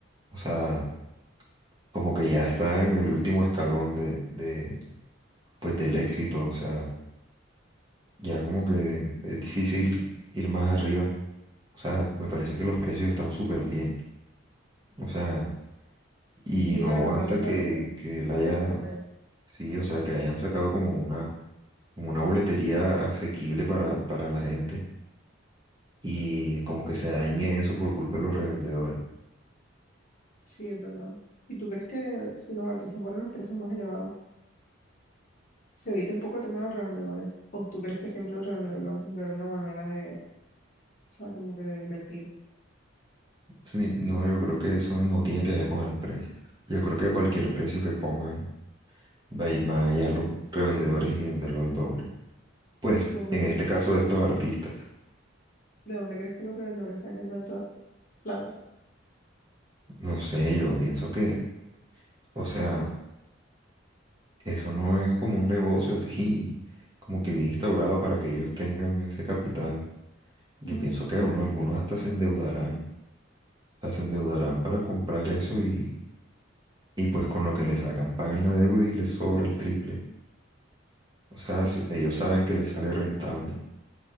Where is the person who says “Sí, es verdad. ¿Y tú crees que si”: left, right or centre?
Left